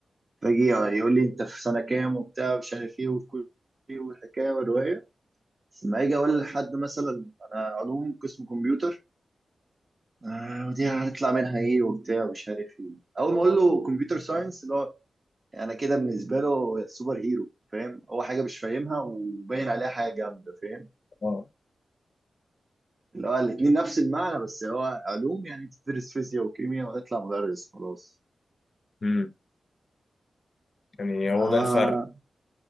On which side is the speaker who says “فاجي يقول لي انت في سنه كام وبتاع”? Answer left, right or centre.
Right